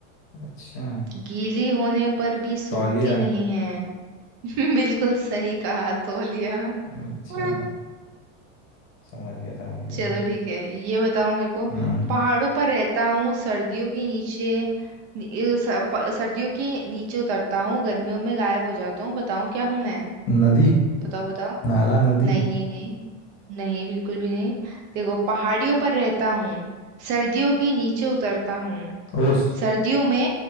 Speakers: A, on the left; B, on the right.
A: अच्छा
B: गीली होने पर भी सूखती
A: तौलिया
B: नहीं है <laughs> बिल्कुल सही कहा तौलिया
A: अच्छा
B: <laughs>
A: समझ गया समझ गया
B: चलो
A: मैं
B: ठीक है ये बताओ मेरे को
A: हम्म
B: पहाड़ों पर रहता हूँ सर्दियों के नीचे नि- अ, स- प- सर्दियों के नीचे उतरता हूँ गर्मियों में गायब हो जाता हूँ बताओ क्या हूँ मैं
A: नदी
B: बताओ बताओ
A: नाला नदी
B: नहीं नहीं नहीं नहीं बिल्कुल भी नहीं देखो पहाड़ियों पर रहता हूँ सर्दियों के नीचे उतरता हूँ
A: ओस
B: सर्दियों में